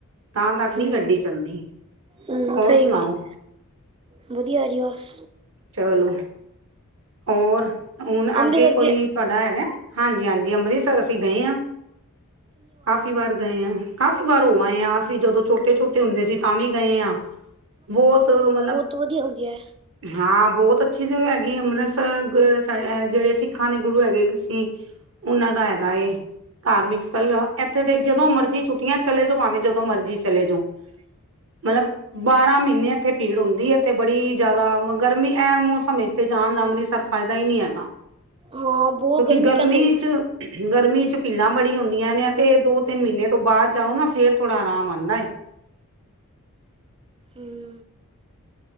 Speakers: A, on the right (about 60°); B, on the right (about 25°).
A: ਤਾਂ ਤੱਕ ਨਹੀਂ
B: ਹਮ
A: ਗੱਡੀ ਚੱਲਦੀ
B: ਹਮ
A: ਹੋਰ
B: ਸਹੀ
A: ਸੁਣਾਓ।
B: ਗੱਲ ਵਧੀਆ ਜੀ ਬਸ
A: ਚਲੋ ਹੋਰ ਹੁਣ
B: ਅੰਮ੍ਰਿਤਸਰ
A: ਅੱਗੇ ਕੋਈ
B: ਗਏ
A: ਤੁਹਾਡਾ ਹੈਗਾ ਹਾਂਜੀ -ਹਾਂਜੀ ਅੰਮ੍ਰਿਤਸਰ ਅਸੀਂ ਗਏ ਆਂ ਕਾਫ਼ੀ ਵਾਰ ਗਏ ਆਂ। ਕਾਫ਼ੀ ਵਾਰ ਉਹ ਆਏ ਹਾਂ ਅਸੀਂ ਜਦੋਂ ਛੋਟੇ- ਛੋਟੇ ਹੁੰਦੇ ਸੀ ਤਾਂ ਵੀ ਗਏ ਹਾਂ ਬਹੁਤ ਮਤਲਬ
B: ਤੋ ਵਧੀਆ ਹੋ ਗਿਆ।
A: ਹਾਂ ਬਹੁਤ ਅੱਛੀ ਜਗ੍ਹਾ ਹੈਗੀ ਅੰਮ੍ਰਿਤਸਰ ਜਿਹੜੇ ਸਿੱਖਾਂ ਦੇ ਗੁਰੂ ਹੈਗੇ ਕਿ ਸੀ। ਉਹਨਾਂ ਦਾ ਹੈਗਾ। ਧਾਰਮਿਕ ਸਥਲ ਇੱਥੇ ਤੇ ਜਦੋਂ ਮਰਜ਼ੀ ਛੁੱਟੀਆਂ ਚਲੇ ਜਾ ਭਾਵੇਂ ਜਦੋਂ ਮਰਜ਼ੀ ਚਲੇ ਜਓ।
B: ਚਲੇ
A: ਮਤਲਬ ਬਾਰਾਂ ਮਹੀਨੇ ਇੱਥੇ ਭੀੜ ਹੁੰਦੀ ਹੈ ਇਥੇ ਬੜੀ ਜਿਆਦਾ ਗਰਮੀ ਐਮ ਮੌਸਮ ਵਿ ਤੇ ਜਾਣ ਦਾ ਅੰਮ੍ਰਿਤਸਰ ਫਾਇਦਾ ਹੀ ਨਹੀਂ ਹੈਗਾ
B: ਹਾਂ ਬਹੁਤ
A: ਕਿਉਂਕਿ ਗਰਮੀ
B: ਕਹਿੰਦੇ ਪਏ
A: 'ਚ
B: ਨੇ
A: ਗਰਮੀ 'ਚ ਭੀੜਾਂ ਬੜੀ ਹੁੰਦੀਆਂ ਨੇ ਤੇ ਦੋ ਤਿੰਨ ਮਹੀਨੇ ਤੋਂ ਬਾਅਦ ਜਾਓ ਨਾ ਫੇਰ ਥੋੜਾ ਆਰਾਮ ਆਉਂਦਾ ਏ।
B: ਹੂੰ